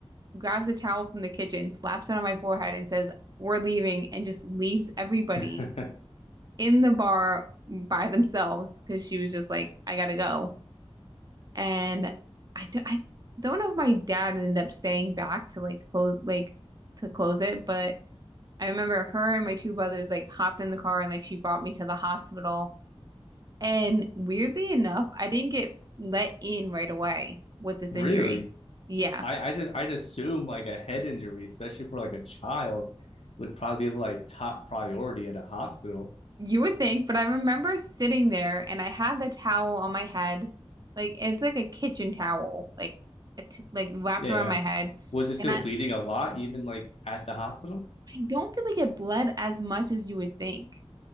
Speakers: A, on the right; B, on the left.
A: grabs a towel from the kitchen, slaps it on my forehead, and says, "We're leaving," and just leaves everybody
B: <laughs>
A: in the bar by themselves because she was just like, "I gotta go." And I don't, I don't know if my dad ended up staying back to like close, like to close it, but I remember her and my two brothers like hopped in the car and like she brought me to the hospital. And weirdly enough, I didn't get let in right away with this
B: really?
A: injury. Yeah,
B: I, I just I'd assume like a head injury, especially for like a child, would probably be like top priority at a hospital.
A: you would think, but I remember sitting there and I had the towel on my head. Like it's like a kitchen towel, like it, like wrapped
B: Yeah.
A: around my head.
B: Was it still
A: And I,
B: bleeding
A: I
B: a lot, even like at the hospital?
A: don't really get bled as much as you would think.